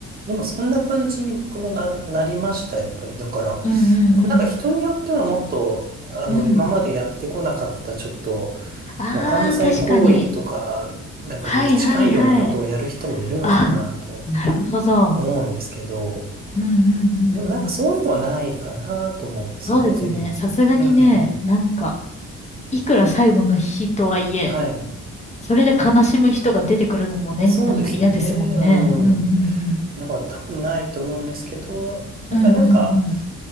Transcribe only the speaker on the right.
でもそんな感じに僕もな、なりました、やっぱり。だから、
なんか人によってはもっと、あの、
今までやってこなかった、
ちょっと、
もう犯罪行為とか、
なんかに近いようなことをやる人もいるのかなと
思うんですけど、
でもなんかそういうのはないかなと思うんですよね、
自分。
うん。
はい。
そうですよね。
うん。
だから多分ないと思うんですけど、なんか、
なんか、